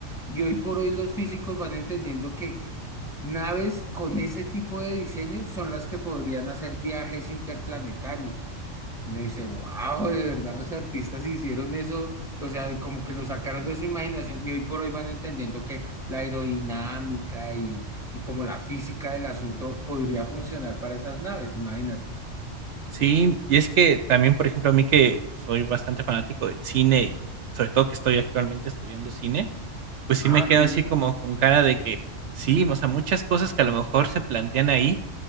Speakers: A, in the centre; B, on the right.
A: Y hoy por hoy los físicos van entendiendo que Naves con ese tipo de diseño son las que podrían hacer viajes interplanetarios. Uno dice, wow, de verdad los artistas hicieron eso, o sea, como que lo sacaron de su imaginación y hoy por hoy van entendiendo que la aerodinámica y, y como la física del asunto podría funcionar para esas naves, imagínate.
B: Sí, y es que también, por ejemplo, a mí que soy bastante fanático del cine y sobre todo que estoy actualmente estudiando cine, pues sí
A: Ah,
B: me quedo
A: qué
B: así
A: bien.
B: como con cara de que sí, o sea, muchas cosas que a lo mejor se plantean ahí